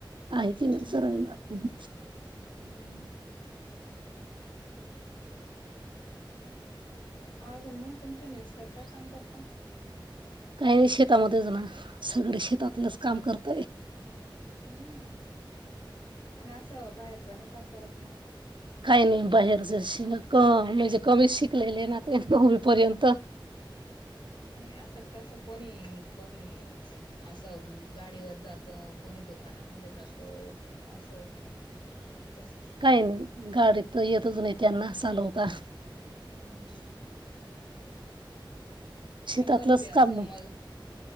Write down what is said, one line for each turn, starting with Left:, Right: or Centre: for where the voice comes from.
Right: आहे तीला
Left: हम्म
Right: करायला. <unintelligible>
Left: हम्म अजून मग, तुमचे मिस्टर काय काम करतात?
Right: काही शेतामध्येच ना. सगळे शेतातलंच काम करतय.
Left: हम्म. आणि असं बाहेरचं नाही का करत म?
Right: काही नाही बाहेरच. श म्हणजे कमी शिकलेले ना ते. नववी पर्यंत.
Left: नाही, असं कसं. कोणी कोणी असं गाडीवर जात. कोणी दुकानामध्ये जातो. असं ओ. तस.
Right: काही नाही. गाडी त येतचं नाही त्यांना. चालवता.
Left: हम्म. नाही.
Right: शेतातलंच
Left: कोणी बी अस
Right: काम
Left: म.